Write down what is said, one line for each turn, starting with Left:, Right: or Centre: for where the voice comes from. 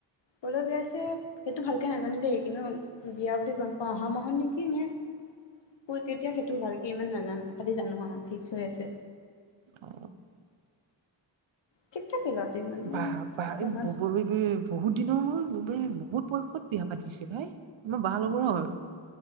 Left: কলৈ বিয়াইছে সেইটো ভালকে নাজানো দেই কিন্তু বিয়া বুলি গম পাওঁ অহা মাহত নেকি নে? তোৰ কেতিয়া সেইটো ভালক ইমান নাজানো খালি জানো আও ফিক্স হৈ আছে।
Right: অ
Left: ঠিক ঠাকে ল'ৰাটো ইমানো
Right: বা,
Left: খাচ
Right: বা! <unintelligible>
Left: নহয়
Right: বহুত দিনৰ মূৰত <unintelligible> বহুত বয়সত বিয়া পাতিছে পাই! আমাৰ বা লগৰ হয়।